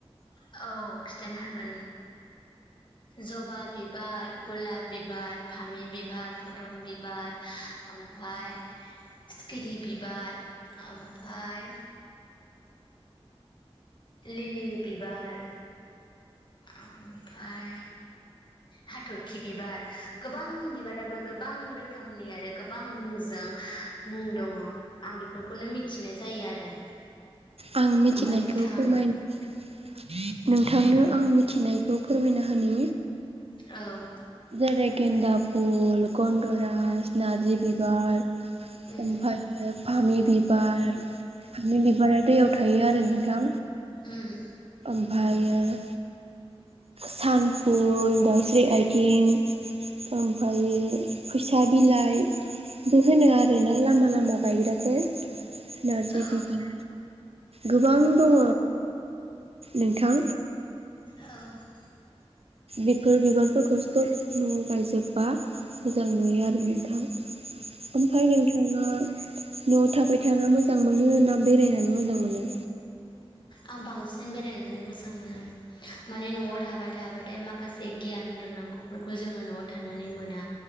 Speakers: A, on the left; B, on the right.
A: औ खिथानो हागोन जबा बिबार गलाब बिबार फामि बिबार फदम बिबार ओमफाय सिखिरि बिबार ओमफाय लिलि बिबार ओमफाय हाथरखि बिबार गोबां बिबाराबो गोबां रोखोमनि आरो गोबां मुंजों मुं दङ आं बेफोरखौनो मिथिनाय जायो आरो
B: आं मिथिनायखौ
A: ओमफाय नोंथाङालाय
B: फोरमायनो नोंथांनो आं आं मिथिनायखौ फोरमायना होनि
A: औ
B: जेरै गेन्दा फुल गन्दरास नारजि बिबा बार
A: उम
B: अमफाय फामे बिबार फामे बिबारा दैआव थायो आरो नोंथां
A: ओम
B: अमफायो सानफुल दाउस्रि आइथिं <inaudible> ओमफ्रायो फैसा बिलाइ <inaudible> होनो आरोना लामा लामा गायग्राखौ नारजि
A: औ
B: बिबार गोबां दङ नोंथां
A: औ उम
B: बेफोर बिबारफोरखौ सब न'आव गायजोबबा मोजां नुयो आरो नोंथां ओमफ्राय नोंथाङा न'आव थाबाय था मोजां मोनो ना बेरायनानै मोजां मोनो
A: आं बांसिन बेरायनानै मोजां मोनो माने न'आव थाबाय थाबाथाय माखासे गियान रोंनांगौफोरखौ जोङो न'आव थानानै मोना